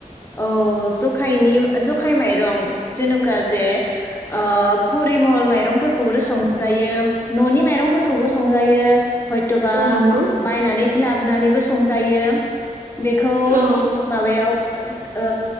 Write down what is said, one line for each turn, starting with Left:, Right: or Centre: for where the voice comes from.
Left: औ जखायनि जखाइ माइरं जेनखा जे ओ परिमल माइरंफोरखौबो संजायो। न'नि मा रंफोरखौबो संजायो हयथबा
Right: औ नंगौ
Left: बायनानै लाबोनानैबो संजायो। बेखौ
Right: औ
Left: माबायाव ओ